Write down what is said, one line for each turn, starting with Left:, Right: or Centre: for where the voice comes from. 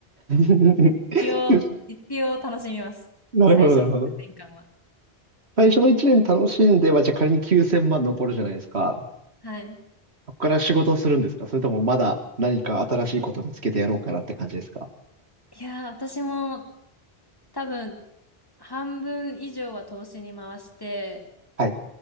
Right: <laughs>
Left: 一応、
Right: で
Left: 一応楽しみます。
Right: なるほどなるほど。
Left: 最初の数年間は。
Right: 最初の1年楽しんでは、じゃあ仮に9000万残るじゃないですか。
Left: はい。
Right: そこから仕事をするんですかそれともまだ何か新しいこと見つけてやろうかなって感じですか
Left: いやー、私も多分半分以上は投資に回して、
Right: はい。